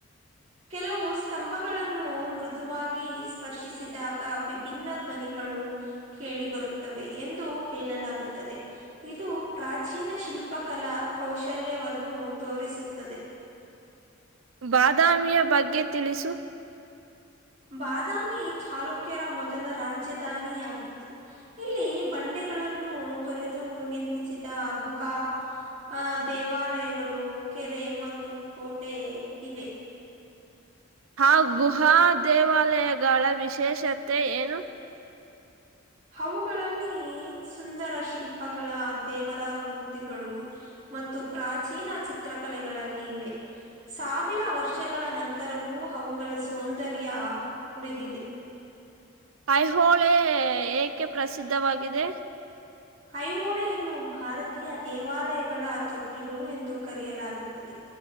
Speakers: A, on the right; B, on the right.
A: ಕೆಲವು ಸ್ತಂಭಗಳನ್ನು ಮೃದುವಾಗಿ ಸ್ಪರ್ಶಿಸಿದಾಗ ವಿಭಿನ್ನ ಧ್ವನಿಗಳು ಕೇಳಿಬರುತ್ತವೆ ಎಂದು ಹೇಳಲಾಗುತ್ತದೆ ಇದು ಪ್ರಾಚೀನ ಶಿಲ್ಪ ಉಪಕಲಾ ಕೌಶಲ್ಯವನ್ನು ತೋರಿಸುತ್ತದೆ
B: ಬಾದಾಮಿಯ ಬಗ್ಗೆ ತಿಳಿಸು
A: ಬಾದಾಮಿ ಚಾಲುಕ್ಯರ ಮೊದಲ ರಾಜಧಾನಿಯಾಗಿತ್ತು ಇಲ್ಲಿ ಬಂಡೆಗಳನ್ನು ಕರೆದು ನಿರ್ಮಿಸಿದ ಗುಹಾ ಆಹ ದೇವಾಲಯಗಳು ಕೆರೆ ಮತ್ತು ಕೋಟೆ ಇವೆ
B: ಆ ಗುಹಾ ದೇವಾಲಯಗಳ ವಿಶೇಷತೆ ಏನು
A: ಅವುಗಳಲ್ಲಿ ಸುಂದರ ಶಿಲ್ಪಗಳ ದೇವರ ಮೂರ್ತಿಗಳು ಮತ್ತು ಪ್ರಾಚೀನ ಚಿತ್ರಕಲೆಗಳಲ್ಲಿ ಇವೆ ಸಾವಿರ ವರ್ಷಗಳ ನಂತರವೂ ಅವುಗಳ ಸೌಂದರ್ಯ ಉಳಿದಿದೆ
B: ಐಹೋಳೆ ಏಕೆ ಪ್ರಸಿದ್ಧವಾಗಿದೆ
A: ಐಹೋಳಿಯನ್ನು ಭಾರತೀಯ ದೇವಾಲಯಗಳ ತೊಟ್ಟಿಲು ಎಂದು ಕರೆಯಲಾಗುತ್ತದೆ